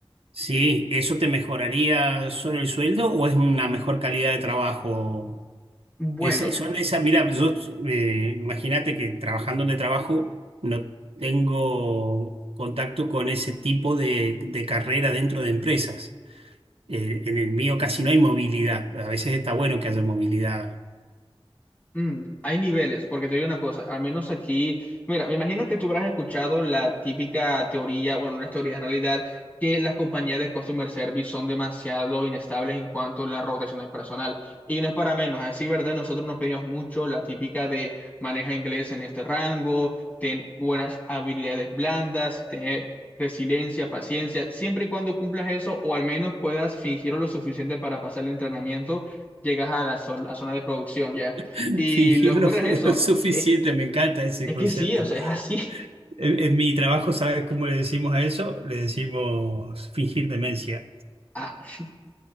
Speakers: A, on the right; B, on the left.
A: Sí, ¿eso te mejoraría solo el sueldo o es una mejor calidad de trabajo?
B: Bueno.
A: Esa- son esas, mira, yo eh, imagínate que trabajando donde trabajo no tengo contacto con ese tipo de, de carrera dentro de empresas. Eh, en el mío casi no hay movilidad. A veces está bueno que haya movilidad.
B: Mm, hay niveles, porque te digo una cosa, al menos aquí, mira, me imagino que tú habrás escuchado la típica teoría, bueno, una teoría de realidad, que las compañías de customer service son demasiado inestables en cuanto a la rotación del personal. Y no es para menos, a decir verdad, nosotros nos pedimos mucho la típica de maneja inglés en este rango, ten buenas habilidades blandas, ten resiliencia, paciencia, siempre y cuando cumplas eso, o al menos puedas fingirlo lo suficiente para pasar el entrenamiento, llegas a la zona, a zona de producción, ¿ya?
A: <laughs>
B: Y
A: Fingirlo
B: lo que ocurre es eso,
A: es suficiente,
B: que- es que,
A: me encanta ese
B: es
A: concepto.
B: que sí, o sea, es así.
A: En, en mi trabajo, ¿sabes cómo le decimos a eso? Le decimos fingir demencia.
B: <laughs>